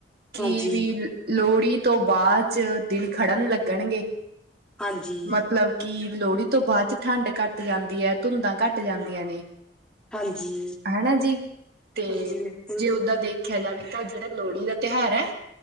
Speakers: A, on the right; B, in the centre.
A: ਕੀ
B: ਹਾਂਜੀ
A: ਵੀ ਲੋਹੜੀ ਤੋਂ ਬਾਅਦ ਚ ਦਿਨ ਖੜਨ ਲੱਗਣਗੇ।
B: ਹਾਂਜੀ
A: ਮਤਲਬ ਕਿ ਲੋਹੜੀ ਤੋਂ ਬਾਅਦ ਚ ਠੰਡ ਘੱਟ ਜਾਂਦੀ। ਦੀ ਹੈ ਧੁੰਦਾਂ ਘੱਟ ਜਾਂਦੀਆਂ ਨੇ।
B: ਹਾਂਜੀ
A: ਹਨਾ ਜੀ ਤੇ
B: ਹਾਂਜੀ ਬਿਲਕੁਲ
A: ਜੇ ਓਦਾਂ
B: ਜੀ
A: ਦੇਖਿਆ ਜਾਵੇ। ਤਾਂ ਜਿਹੜਾ ਲੋਹੜੀ ਦਾ ਤਿਉਹਾਰ ਹੈ।